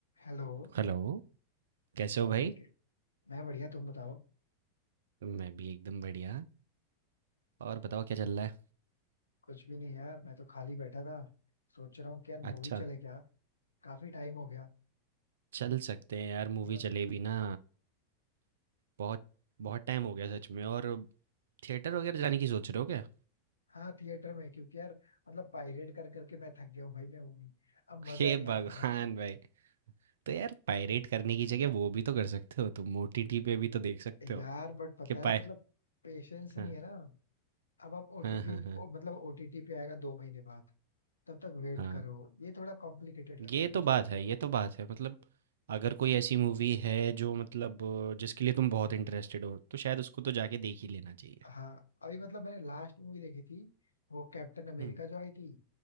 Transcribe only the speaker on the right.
हेलो कैसे
हो भाई
मैं भी एकदम बढ़िया और बताओ क्या चल रहा है
अच्छा
चल सकते हैं यार मूवी
चले भी ना बहुत बहुत टाइम हो गया सच में और थिएटर वगैरह जाने की सोच रहे हो क्या
<laughs>
हे
भगवान
भाई तो यार पायरेट करने की जगह वो भी तो कर सकते हो तुम ओटीटी पे भी तो देख सकते
हो
कि
पाय
हाँ
हाँ हाँ हाँ
हाँ
ये
तो
बात है ये तो बात है मतलब अगर कोई ऐसी मूवी है जो मतलब अ, जिसके लिए तुम बहुत इंटरेस्टेड हो तो शायद उसको तो जाके देख ही लेना चाहिए
हम्म